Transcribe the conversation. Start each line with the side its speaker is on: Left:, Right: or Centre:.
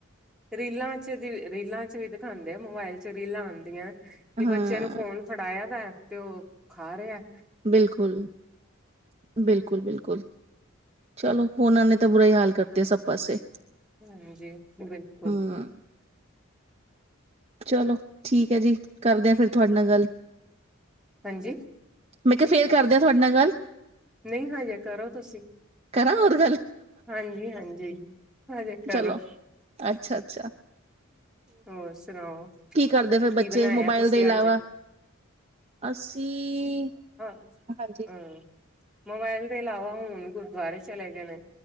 Centre: ਰੀਲਾਂ ਚ ਵੀ ਰੀਲਾਂ ਚ ਵੀ ਦਿਖਾਉਂਦੇ ਆ ਮੋਬਾਇਲ ਚ ਰੀਲਾਂ ਆਉਂਦੀਆਂ ਵੀ
Right: ਹਾਂ
Centre: ਬੱਚਿਆਂ ਨੂੰ ਫੋਨ ਫੜਾਇਆ ਦਾ ਤੇ ਉਹ ਖਾ ਰਿਆ
Right: ਬਿਲਕੁੱਲ-ਬਿਲਕੁੱਲ-ਬਿਲਕੁੱਲ ਚਲੋ ਉਹਨਾਂ ਨੇ ਤਾਂ ਬੁਰਾ ਹੀ ਹਾਲ ਕਰਤੇ ਸਭ ਪਾਸੇ
Centre: ਹਾਂਜੀ ਬਿਲਕੁੱਲ।
Right: ਹਮ ਚਲੋ ਠੀਕ ਹੈ ਜੀ ਕਰਦੇ ਆ ਫਿਰ ਤੁਹਾਡੇ ਨਾਲ ਗੱਲ
Centre: ਹਾਂਜੀ
Right: ਮੈਂ ਕਿਹਾ ਫੇਰ ਕਰਦਿਆਂ ਤੁਹਾਡੇ ਨਾਲ ਗੱਲ
Centre: ਨਹੀਂ ਹਜੇ ਕਰੋ ਤੁਸੀਂ
Right: ਕਰਾਂ ਹੋਰ ਗੱਲ
Centre: ਹਾਂਜੀ-ਹਾਂਜੀ ਹਜੇ ਕਰੋ
Right: ਚਲੋ ਅੱਛਾ ਅੱਛਾ
Centre: ਹੋਰ ਸੁਣਾਓ
Right: ਕੀ ਕਰਦੇ ਫੇਿਰ
Centre: ਕੀ
Right: ਬੱਚੇ
Centre: ਬਣਾਇਆ
Right: ਮੋਬਾਇਲ
Centre: ਤੁਸੀਂ
Right: ਦੇ ਇਲਾਵਾ
Centre: ਅੱਜ
Right: ਅਸੀਂ
Centre: ਹਾਂ।
Right: ਹਾਂਜੀ
Centre: ਮੋਬਾਇਲ ਦੇ ਇਲਾਵਾ ਹੁਣ ਗੁਰਦੁਆਰੇ ਚਲੇ ਗਏ ਨੇ